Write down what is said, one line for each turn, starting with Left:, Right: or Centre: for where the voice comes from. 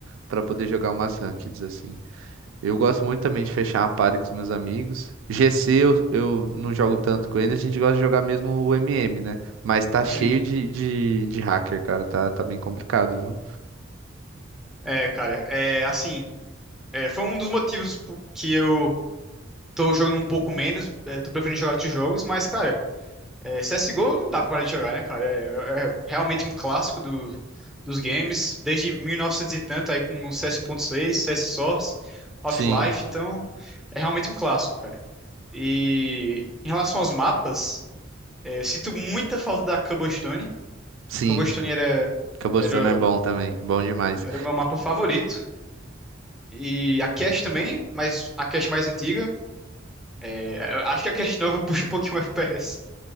Right: pra poder jogar umas rankeds assim. Eu gosto muito também de fechar a party com os meus amigos. GC eu, eu não jogo tanto com ele, a gente gosta de jogar mesmo o MM, né? Mas tá cheio
Centre: Sim.
Right: de, de, de hacker, cara. Tá, tá bem complicado, viu?
Centre: É, cara, é assim, é, foi um dos motivos po- que eu tô jogando um pouco menos, é, tô preferindo jogar outros jogos, mas, cara, É, CSGO não dá pra parar de jogar, né, cara? É, é- é realmente um clássico do- dos games, desde 1900 e novecentos e tanto, aí com o CS 1.6, CS Source, Half-Life,
Right: Sim,
Centre: então é realmente um clássico, cara. E em relação aos mapas, é, eu sinto muita falta da Cobblestone.
Right: sim.
Centre: Cobblestone era,
Right: Cabotão
Centre: era,
Right: é bom também. Bom demais.
Centre: era o meu mapa favorito. E a Cache também, mas a Cache mais antiga. É, eu acho que a Cache nova <laughs> puxa um pouquinho o FPS.